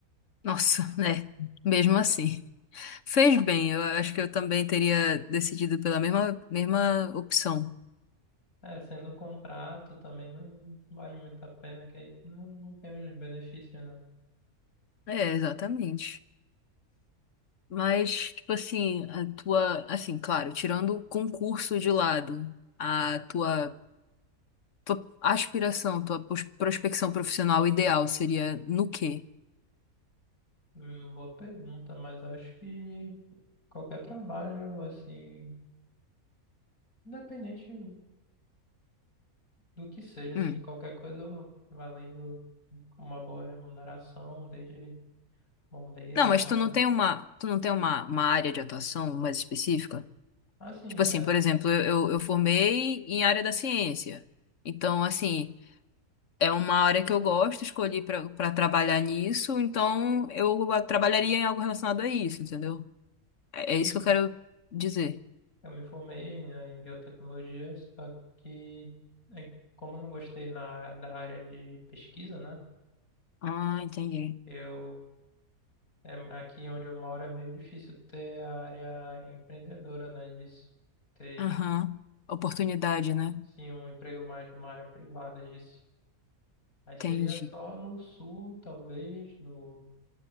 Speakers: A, on the left (about 55°); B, on the left (about 75°).
A: Nossa, <laughs> né? Mesmo assim. Fez bem, eu acho que eu também teria decidido pela mesma, mesma opção.
B: É, sendo contrato também não vale muito a pena, que aí não, não tem os benefícios, né?
A: É, exatamente. Mas, tipo assim, a tua, assim, claro, tirando o concurso de lado, a tua Tua aspiração, tua pos- prospecção profissional ideal seria no quê?
B: Hum, boa pergunta, mas acho que qualquer trabalho, assim, independente do que seja, assim,
A: Hum.
B: qualquer coisa valendo uma boa remuneração, desde bombeiro
A: Não,
B: até.
A: mas tu não tem uma, tu não tem uma, uma área de atuação mais específica?
B: Assim,
A: Tipo assim,
B: é,
A: por exemplo, eu, eu eu formei em área da ciência. Então, assim, é uma área que eu gosto, escolhi pra para trabalhar nisso, então eu trabalharia em algo relacionado a isso, entendeu? É, é
B: sim,
A: isso que eu quero dizer.
B: eu me formei, né, em biotecnologia, só que é, como eu não gostei na, da área de pesquisa, né?
A: Ah, entendi.
B: Eu, é, aqui onde eu moro é meio difícil ter a área empreendedora, né? Disso, ter,
A: Aham. Oportunidade, né?
B: sim, um emprego mais numa área privada disso. Aí seria
A: Entendi.
B: só no sul, talvez, no,